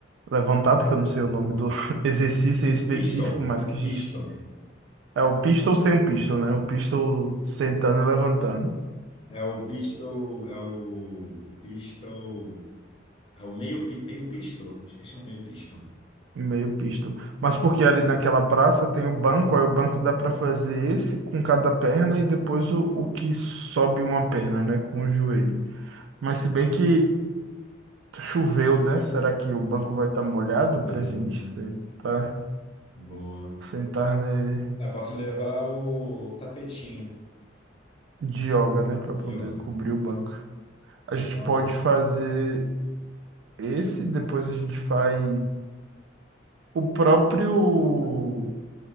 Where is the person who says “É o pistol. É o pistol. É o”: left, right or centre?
Left